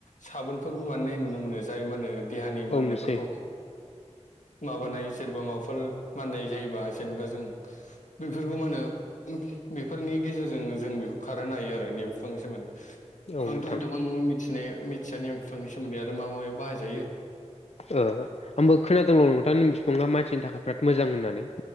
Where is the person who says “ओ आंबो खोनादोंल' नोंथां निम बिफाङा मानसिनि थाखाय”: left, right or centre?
Left